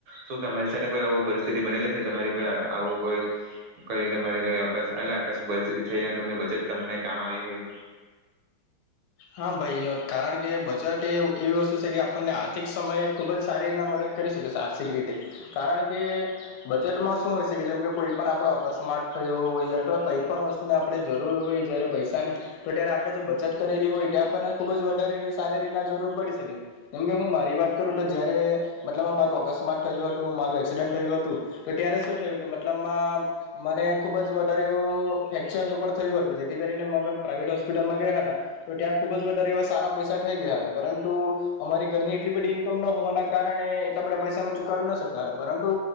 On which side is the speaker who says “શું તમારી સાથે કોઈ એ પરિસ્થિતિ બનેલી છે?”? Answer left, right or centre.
Right